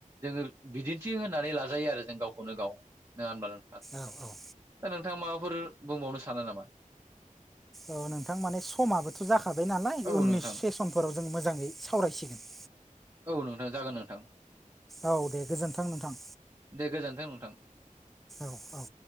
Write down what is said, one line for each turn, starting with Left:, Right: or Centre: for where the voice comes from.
Right: जोङो बिदिन्थि होननानै लाजायो आरो जों गावखौनो गाव नङा होनबा नोंथां?
Centre: औ औ
Right: दा नोंथाङा माबाफोर बुंबावनो सानो नामा?
Centre: औ नोंथां माने समाबोथ' जाखाबाय नालाय
Right: औ
Centre: उननिस
Right: नोंथां
Centre: सेसनफोराव जों मोजाङै सावरायसिगोन।
Right: औ नोंथां जागोन नोंथां।
Centre: औ दे गोजोन्थां नोंथां
Right: दे गोजोन्थों नोंथां।
Centre: औ औ।